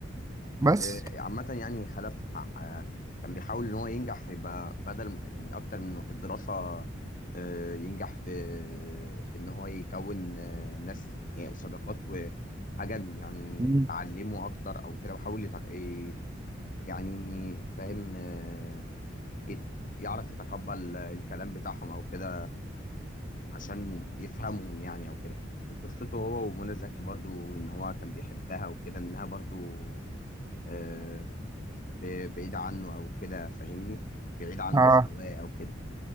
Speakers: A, on the right (about 20°); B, on the left (about 45°).
A: بس
B: آه، عامة يعني خلف آه، كان بيحاول إن هو ينجح يبقى بدل يعني أكتر من إنه في الدراسة آه، ينجح في في إن هو يكون آه، ناس يعني صداقات وحاجة يعني
A: مم.
B: تعلمه أكتر أو كده وحاول يتق- ي- يعني فاهم آه، يت- يعرف يتقبل الكلام بتاعهم أو كده عشان يفهمهم يعني أو كده وقصته هو ومنى زكي برضو إن هو كان بيحبها وكده إنها برضو آه، ب- بعيد عنه او كده فاهمني بعيد عن
A: اه
B: مستواه او كده